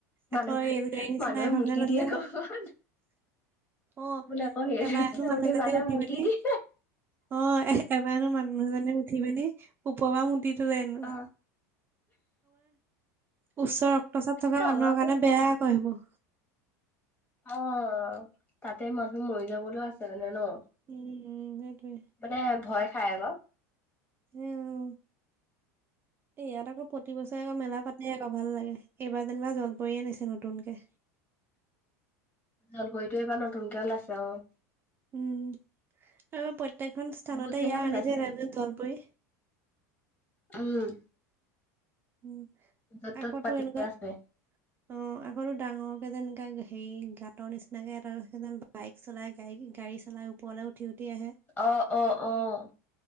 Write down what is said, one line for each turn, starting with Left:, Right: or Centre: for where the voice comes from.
Left: মানুহে
Right: আকৌ ৰেল গাড়ীৰ নিচিনা
Left: মানুহে
Right: এখন
Left: মুতি
Right: মান আছে।
Left: দিয়ে ক আপুনি
Right: অঁ
Left: আকৌ
Right: এবাহেনো
Left: সেইটোত
Right: মানুএজনিয়ে
Left: মানুহে
Right: উঠি
Left: মুতি
Right: পিনি-
Left: দিয়ে
Right: অঁ, এবাৰহেনো মানুহ এজনিয়ে উঠি পিনি- উপপা মুটি তলে হেনো।
Left: অ',
Right: উচ্চ ৰক্তচাপ থকা
Left: তলতো
Right: মানুহৰ কাৰণে বেয়া আক সেইবো।
Left: অঁ, তাতে মানুহ মৰি যাবলৌ আছে মানে ন।
Right: উম উম' সেইটোৱে।
Left: মানে ভয় খাই আক।
Right: এউ এই ইয়াত আকৌ প্ৰতিবছৰে আকৌ মেলা পাতে। ভাল লাগে এইবাৰ যেনিবা জল পৰি আনিছে নতুনকে।
Left: জল পৰিটো এইবাৰ নতুনকে ওলাইছে অঁ'।
Right: উম' আৰু প্ৰত্যেকখন স্থানতে
Left: বহুত জেগাত
Right: ইয়া আনিছে
Left: ওলাইছে
Right: নাই জানো জলপৰি।
Left: উম'
Right: উম'
Left: য'ত
Right: আকৌ
Left: ত'ত পাতি
Right: তো এনেকুৱা অঁ'।
Left: আছে
Right: অঁ' আকৌটো ডাঙৰকে যেন এনেকে হেৰি গাঁতৰ নিচিনাকে এটাে যেন বাইক চলাই গাড়ী গাড়ী চলাই ওপ- পলে উঠি উঠি আহে।
Left: অঁ' অঁ' অঁ'